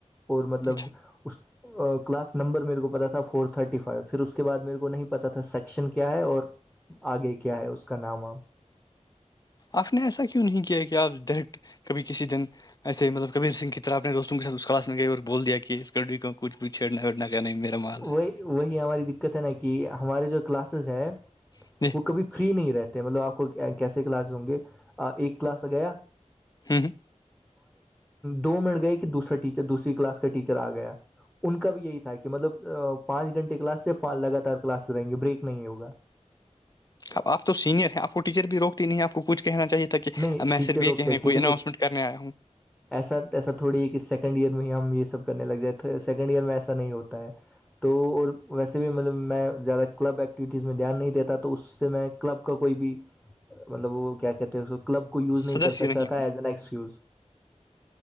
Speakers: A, in the centre; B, on the left.
A: اور مطلب
B: اچھا
A: اس کلاس نمبر میرے کو پتا تھا فور تھرٹی فائیو پھر اس کے بعد میرے کو نہیں پتا تھا سیکشن کیا ہے اور آگے کیا ہے اس کا نام آپ
B: آپ نے ایسا کیوں نہیں کیا کہ آپ دٹ کبھی کسی دن ایسے مطلبر سنگ کی طر اپ دوستوں کے سھ اس کلاس میں گئی اور بول دیا کہ اسچھ بھیچ چھیڑناڑنا ل نہیں میرا مال
A: وہی
B: ہے
A: وہی ہماری دقت ہے نا کہ ہمارے جو کلاسز ہے
B: ہے جی
A: وہ کبھی فری نہیں رہتے مطلب آپ کو کیسے کلاس ہوں گے ایک کلاس ل گیا
B: ہوں ہوں
A: دو منٹ گئے کہ دوسرا ٹیچر دوسری کلاس کا ٹیچر آ گیا ان کا بھی یہی تھا کہ مطلب پانچ گھنٹے کلاس سے لگاتار کلاس سے رہیں گے بریک نہیں ہوگا
B: اب آپ سینئر ہے آپ کو ٹیچر بھی روکتی نہیں آ کو کچ کہنا چاہیے تھا کہ
A: نہیں
B: میں
A: ٹیچر
B: صرف
A: روکتے
B: یہ کہیںنے
A: ہیں کیونکہ
B: کوئی اناؤنسمنٹ
A: دیکھ
B: کرنے آیا ہوں
A: ایسا ایسا تھوڑی ہے کہ سیکنڈ ایئر میں ہی ہم یہ سب کرنے لگ جائ سیکنڈ ایئر میں ایسا نہیں ہوتا ہے تو اور ویسے بھی مطلب میں زیادہ کلب ایکٹیویٹیز میں دھیان نہیں دیتا تو اس سے میں کلب کا کوئی بھی مطلب وہ کیا کہتے ہیں کلب کو یوز نہیں
B: سدسیہ
A: کر سکتا تھا
B: ہوں
A: ایز اس یوز